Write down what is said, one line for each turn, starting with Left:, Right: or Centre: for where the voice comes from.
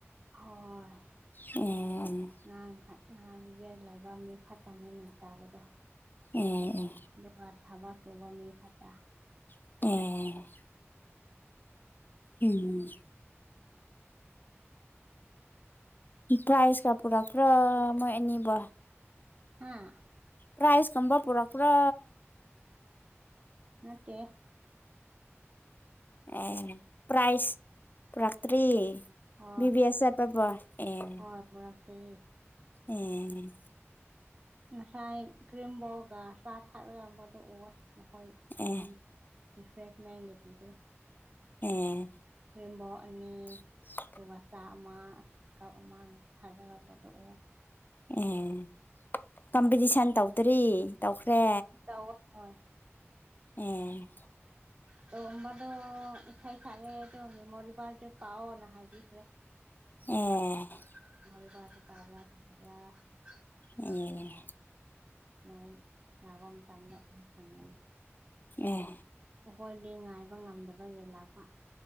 Right: ꯍꯣꯏ
Left: ꯑꯦ
Right: ꯑꯉꯥꯡ ꯂꯩꯕ ꯃꯤ ꯈꯛꯇꯅꯤꯅꯦ ꯇꯥꯕꯗꯣ
Left: ꯑꯦ ꯑꯦ
Right: ꯑꯗꯨꯒ ꯊꯕꯛ ꯁꯨꯕ ꯃꯤ ꯈꯥꯇꯥ
Left: ꯑꯦ ꯑꯨꯝ ꯄ꯭ꯔꯥꯏꯁ ꯀ ꯄꯨꯔ ꯄꯨꯔꯥ ꯃ ꯑꯦꯅꯤꯕꯨ
Right: ꯍꯥꯥ
Left: ꯄ꯭ꯔꯥꯏꯁꯀꯨꯝꯝꯕ ꯄꯨꯔꯥꯛꯄ꯭ꯔꯣ
Right: ꯅꯠꯇꯦ
Left: ꯑꯦ ꯄ꯭ꯔꯥꯏꯁ ꯄꯨꯔꯛꯇ꯭ꯔꯤ
Right: ꯍꯣ
Left: ꯕꯤꯕꯤ ꯑꯦꯁ ꯆꯠꯄꯕꯣ ꯑꯦ
Right: ꯍꯣ ꯄꯨꯔꯛꯇ꯭ꯔꯤ
Left: ꯑꯦ
Right: ꯉꯁꯥꯏ ꯀ꯭ꯔꯤꯝꯕꯣꯔꯒ ꯆꯥ ꯊꯥꯛꯔꯒ ꯐꯣꯇꯣ ꯑꯨꯕ ꯅꯈꯣꯏ
Left: ꯑꯦ
Right: ꯑꯨꯝ ꯔꯤꯐ꯭ꯔꯦꯁ ꯃꯦꯟꯒꯦ ꯄꯤꯕ꯭ꯔꯣ
Left: ꯑꯦ
Right: ꯀ꯭ꯔꯤꯝꯕꯣ ꯑꯅꯤ
Left: <unintelligible>
Right: ꯑꯗꯨꯒ ꯆꯥꯛ ꯑꯃ ꯀꯞ ꯑꯃ <unintelligible> ꯑꯨꯕ
Left: ꯑꯦ ꯀꯝꯄꯤꯇꯤꯁꯟ ꯇꯧꯗ꯭ꯔꯤ ꯇꯧꯈ꯭ꯔꯦ
Right: ꯇꯧꯋꯦ ꯍꯣꯏ
Left: ꯑꯦ
Right: ꯇꯣꯝꯕꯗꯣ ꯏꯁꯩꯏ ꯁꯛꯑꯦ <inaudible> ꯄꯥꯛꯑꯣꯅ ꯍꯥꯏꯕꯤꯒ꯭ꯔꯦ
Left: ꯑꯦ
Right: <unintelligible>
Left: ꯑꯦ
Right: ꯃꯣꯏ ꯅꯕ ꯃꯇꯝꯗ ꯐꯡꯒꯅꯤ
Left: ꯑꯦ
Right: ꯑꯩꯈꯣꯏꯗꯤ ꯉꯥꯏꯕ ꯉꯝꯗꯕꯒꯤ ꯂꯥꯛꯄ